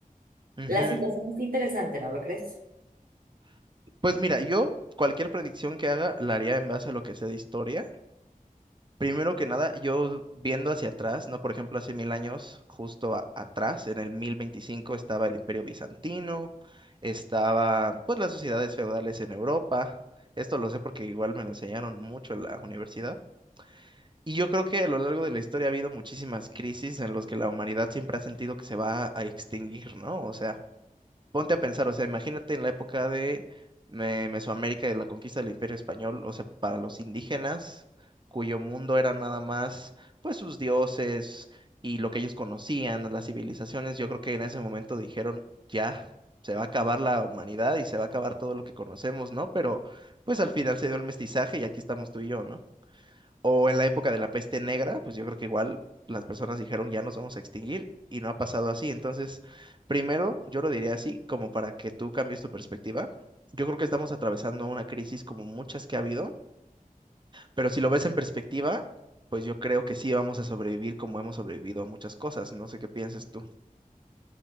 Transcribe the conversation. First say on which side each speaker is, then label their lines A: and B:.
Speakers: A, on the right; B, on the right.
A: Ujú.
B: la situación es interesante, ¿no lo crees?
A: Pues mira, yo cualquier predicción que haga la haría en base a lo que sé de historia. Primero que nada, yo viendo hacia atrás, ¿no? Por ejemplo, hace mil años, justo a- atrás, en el 1025, estaba el Imperio Bizantino, estaba, pues, las sociedades feudales en Europa. Esto lo sé porque igual me lo enseñaron mucho en la universidad. Y yo creo que a lo largo de la historia ha habido muchísimas crisis en las que la humanidad siempre ha sentido que se va a extinguir, ¿no? O sea, ponte a pensar, o sea, imagínate en la época de eh, Mesoamérica, de la conquista del Imperio Español, o sea, para los indígenas, cuyo mundo era nada más, pues, sus dioses y lo que ellos conocían, las civilizaciones, yo creo que en ese momento dijeron, ya, se va a acabar la humanidad y se va a acabar todo lo que conocemos, ¿no? Pero, pues, al final se dio el mestizaje y aquí estamos tú y yo, ¿no? O en la época de la peste negra, pues yo creo que igual las personas dijeron ya nos vamos a extinguir y no ha pasado así. Entonces, primero, yo lo diría así, como para que tú cambies tu perspectiva. Yo creo que estamos atravesando una crisis como muchas que ha habido, pero si lo ves en perspectiva, pues yo creo que sí vamos a sobrevivir como hemos sobrevivido a muchas cosas. No sé qué pienses tú.